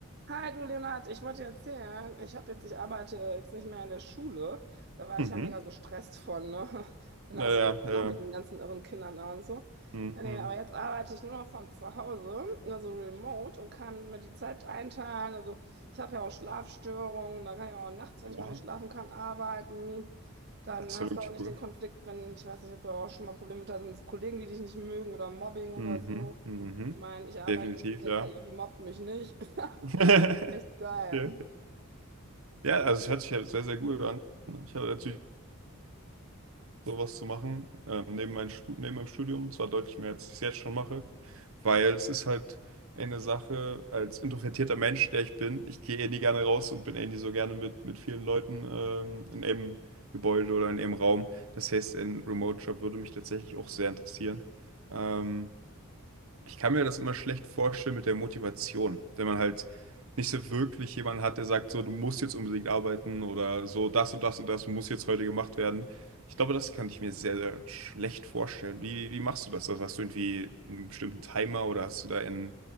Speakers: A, on the right; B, on the right.
A: Hi, du Leonhard, ich wollte dir erzählen, ich habe jetzt, ich arbeite jetzt nicht mehr in der Schule. Da war
B: Mhm.
A: ich ja mega gestresst von, ne? <laughs> Dann
B: Naja,
A: hast du das auch
B: äh,
A: noch mit den ganzen irren Kindern da und so.
B: mhm.
A: Ja, nee, aber jetzt arbeite ich nur noch von zu Hause, also remote und kann mir die Zeit einteilen. Also ich habe ja auch Schlafstörungen, da kann ich auch nachts, wenn
B: Wow,
A: ich mal nicht schlafen kann, arbeiten. Dann
B: das ist
A: hast
B: ja wirklich
A: du auch nicht
B: cool.
A: den Konflikt, wenn, ich weiß nicht, ob du auch schon mal Probleme mit hast, Kollegen, die dich nicht mögen oder Mobbing oder
B: Mhm.
A: so.
B: Mhm.
A: Ich meine, ich arbeite
B: Definitiv,
A: jetzt mit der
B: ja.
A: KI, die mobbt mich nicht. <laughs>
B: <laughs>
A: Echt geil.
B: Okay. Ja, also es hört sich ja sehr, sehr gut an. Ich habe natürlich sowas zu machen, ähm, neben mein Stu- neben meinem Studium, zwar deutlich mehr, als ich es jetzt schon mache, weil es ist halt eine Sache, als introvertierter Mensch, der ich bin, ich gehe eh nie gerne raus und bin eh nie so gerne mit, mit vielen Leuten ähm, in einem Gebäude oder in einem Raum. Das heißt, ein Remote-Job würde mich tatsächlich auch sehr interessieren. Ähm, ich kann mir das immer schlecht vorstellen mit der Motivation, wenn man halt nicht so wirklich jemanden hat, der sagt, so, du musst jetzt unbedingt arbeiten oder so, das und das und das muss jetzt heute gemacht werden. Ich glaube, das kann ich mir sehr, sehr schlecht vorstellen. Wie, wie machst du das? Also hast du irgendwie einen bestimmten Timer oder hast du da ein,